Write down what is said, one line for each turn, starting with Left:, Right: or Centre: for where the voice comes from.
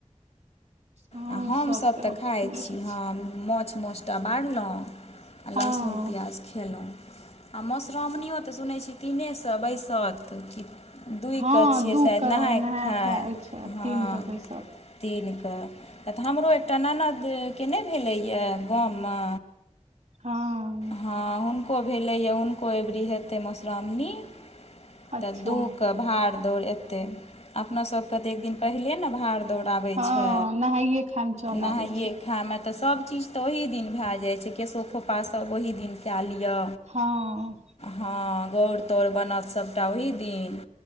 Right: हँ
Left: आ हमसब
Right: सबके
Left: तऽ
Right: आब
Left: खाइ
Right: रहै
Left: छी
Right: छै
Left: हँ माछ मौस टा बारलौं आ
Right: हँ
Left: लहसुन प्याज खेलौं आ मधुश्रावणियओ तऽ सुनै छीयै तीने स बैसत की दुइ
Right: हँ
Left: कऽ छियै
Right: दू
Left: शायद
Right: के
Left: नहाय खाय
Right: अछि आ
Left: हँ
Right: तीन के बैसत
Left: दिनक कऽ तऽ हमरो एकटा ननदके नहि भेलैए गाममे।।
Right: हँ।
Left: हँ हुनको भेलैया हुनको अबरी हेतै मधुश्राावणी।
Right: अच्छा
Left: तऽ दूहकेऽ भाड़ दौड़ एतै अपनासभके तऽ एक दिन पहिनेे ने भाड़ दौड़ै। दौड़ाबै
Right: हँ
Left: छै
Right: नहाइए खायमे चल आबै
Left: नहाइे।
Right: छै
Left: खायइमे तऽ सभ चीज तऽ ओहि दिन भए जाइ छै केशो खोपास सब ओहि दिन कए लिअ।
Right: हँ।।
Left: हँ गौर तौउर बनत सभटा ओही दिन